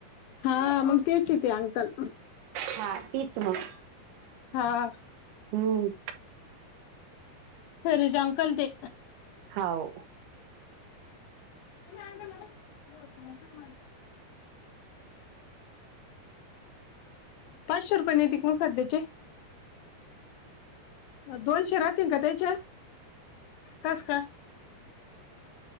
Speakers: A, on the left; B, on the right.
A: हा, मग तेच की, ते अंकल.
B: हा, तिचं. <unintelligible>
A: हा.
B: हम्म.
A: <unintelligible> अंकल ते.
B: हाव
A: त्यात मा <unintelligible> पाचशे रुपये नाही ते कोण साद देते दोनशे राहतील का त्याचे कस काय?